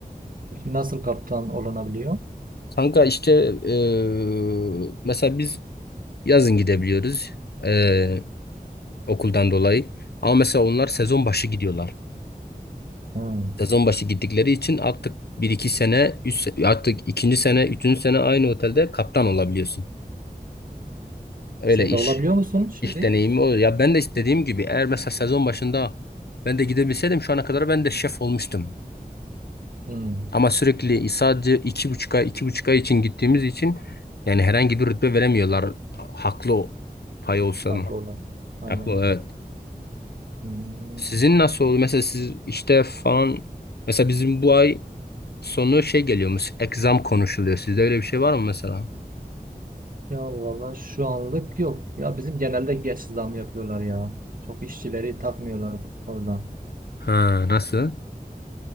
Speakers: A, on the right; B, on the left.
A: Peki nasıl kaptan olunabiliyor?
B: Kanka işte e, mesela biz yazın gidebiliyoruz e, okuldan dolayı. Ama mesela onlar sezon başı gidiyorlar.
A: Hmm.
B: Sezon başı gittikleri için artık bir iki sene, üç, se- artık ikinci sene, üçüncü sene aynı otelde kaptan olabiliyorsun. Öyle
A: Sen
B: iş.
A: de olabiliyor musun şimdi?
B: İş deneyimi o. Ya ben de istediğim gibi eğer mesela sezon başında ben de gidebilseydim şu ana kadar ben de şef olmuştum.
A: Hmm.
B: Ama sürekli sadece iki buçuk ay, iki buçuk ay için gittiğimiz için yani herhangi bir rütbe veremiyorlar. Haklı o pay olsan.
A: Farklı olan. Aynen.
B: Haklı ol, evet.
A: Hmm.
B: Sizin nasıl oldu? Mesela siz işte falan mesela bizim bu ay sonu şey geliyormuş. Exam konuşuluyor. Sizde öyle bir şey var mı mesela?
A: Ya valla şu anlık yok. Ya bizim genelde geç zam yapıyorlar ya. Çok işçileri takmıyorlar orada.
B: Ha, nasıl?